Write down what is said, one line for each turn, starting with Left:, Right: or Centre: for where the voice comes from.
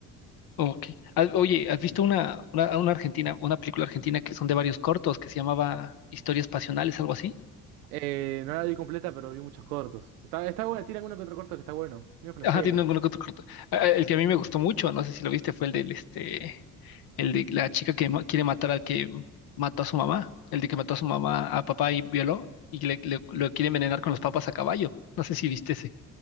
Left: Ok. Ah, Oye, ¿has visto una, una, una argentina, una película argentina que son de varios cortos que se llamaba Historias Pasionales, algo así?
Right: Eh, no la vi completa, pero vi muchos cortos. Está, está buena, tiene alguno que otro corto que está bueno, medio flashero.
Left: Ajá, tiene alguno que otro corto. Ah, ah, El que a mí me gustó mucho, no sé si lo viste, fue el del este, el de la chica que ma- quiere matar al que mató a su mamá, el de que mató a su mamá, a papá y violó, y le, le- lo quiere envenenar con los papas a caballo. No sé si viste ese.